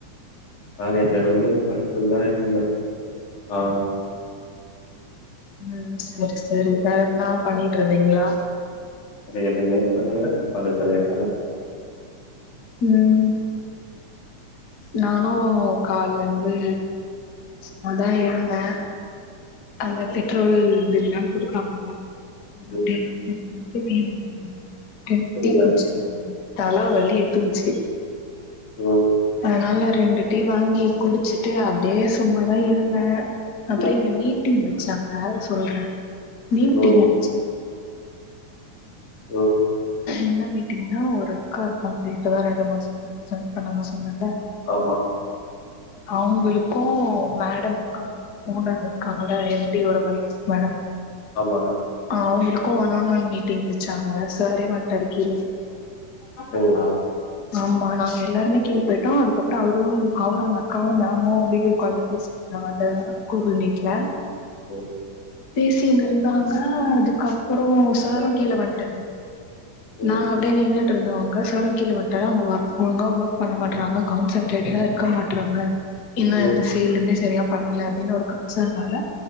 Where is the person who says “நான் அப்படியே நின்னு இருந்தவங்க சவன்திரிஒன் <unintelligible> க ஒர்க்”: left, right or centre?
Left